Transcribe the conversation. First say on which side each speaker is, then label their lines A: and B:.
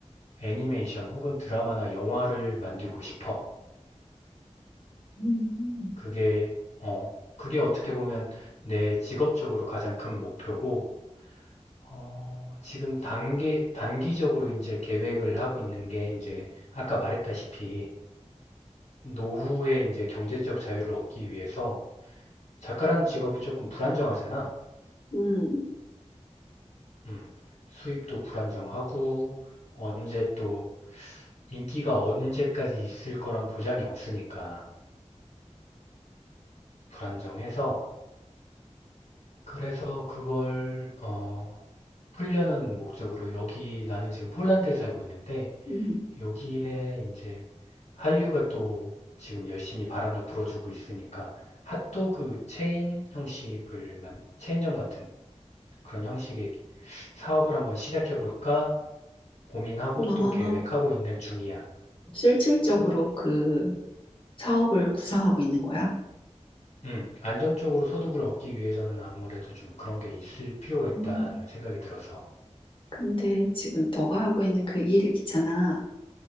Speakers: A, on the left; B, on the left.
A: 애니메이션 혹은 드라마나 영화를 만들고 싶어.
B: 음,
A: 그게, 어, 그게 어떻게 보면 내 직업적으로 가장 큰 목표고, 어, 지금 단기, 단기적으로 이제 계획을 하고 있는 게 이제 아까 말했다시피 노후에 이제 경제적 자유를 얻기 위해서 작가라는 직업이 조금 불안정하잖아.
B: 음,
A: 음, 수입도 불안정하고, 언제 또 인기가 언제까지 있을 거란 보장이 없으니까 불안정해서 그래서 그걸 어, 풀려는 목적으로 여기 나는 지금 폴란드에 살고 있는데
B: 음.
A: 여기에 이제 한류가 또 지금 열심히 바람을 불어주고 있으니까 핫도그 체인 형식을 만 체인점 같은 그런 형식의 사업을 한번 시작해 볼까 고민하고
B: 음, 아,
A: 또 계획하고 있는 중이야.
B: 실질적으로 그 사업을 구상하고 있는 거야?
A: 음, 안정적으로 소득을 얻기 위해서는 아무래도 좀 그런 게 있을 필요가 있다는
B: 음,
A: 생각이 들어서.
B: 근데 지금 너가 하고 있는 그 일 있잖아.